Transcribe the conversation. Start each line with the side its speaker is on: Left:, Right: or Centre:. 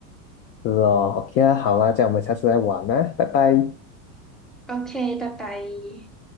Left: 是哦，OK 啊，好啊，这样我们下次再玩啊，拜拜。
Centre: Ok, bye bye.